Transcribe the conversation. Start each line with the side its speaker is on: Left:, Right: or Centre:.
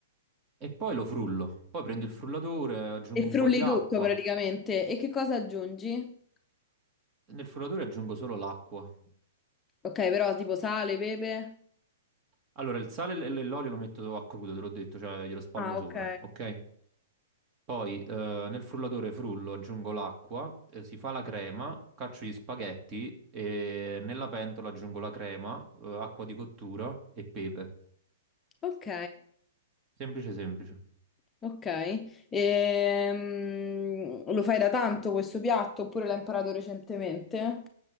Right: E poi lo frullo. Poi prendo il frullatore, aggiungo
Left: E frulli
Right: un po' di acqua.
Left: tutto praticamente. E che cosa aggiungi?
Right: Nel frullatore aggiungo solo l'acqua.
Left: Ok, però tipo sale, pepe.
Right: Allora, il sale e l- e l'olio lo metto a crudo, te l'ho detto, cioè glielo spalmo
Left: Ah,
Right: sopra,
Left: ok.
Right: ok? Poi eh, nel frullatore frullo, aggiungo l'acqua, eh, si fa la crema, caccio gli spaghetti e nella pentola aggiungo la crema, eh, acqua di cottura e pepe.
Left: Ok.
Right: Semplice, semplice.
Left: Ok, Ehm, lo fai da tanto questo piatto oppure l'hai imparato recentemente?